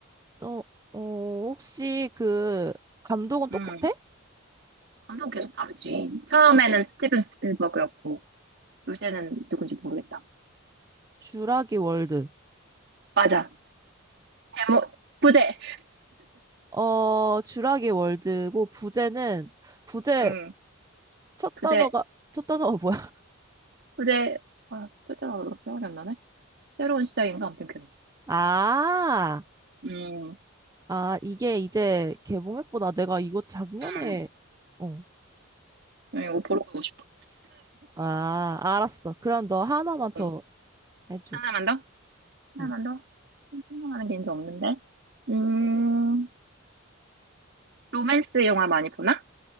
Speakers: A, on the right; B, on the right.
A: 어, 어, 혹시 그, 감독은 똑같아?
B: 음. 감독 계속 다르지. 처음에는 스티븐 스필버그였고, 요새는 누군지 모르겠다.
A: 주라기 월드.
B: 맞아. 제목, 부제.
A: 어, 주라기 월드고 부제는 부제
B: 음.
A: 첫
B: 부제,
A: 단어가 첫 단어가 뭐야?
B: 부제. 아, 진짜 생각이 안 나네. 새로운 시작인가? 아무튼 그래.
A: <laughs> 아,
B: 음.
A: 아 이게 이제 개봉했구나. 내가 이거 작년에
B: 음.
A: 어,
B: 음, 이거
A: 그-
B: 보러 가고 싶어.
A: 아 알았어. 그럼 너 하나만 더
B: 음.
A: 해줘.
B: 하나만 더? 하나만
A: 응.
B: 더? 생각나는 게 이제 없는데. 음. 로맨스 영화 많이 보나?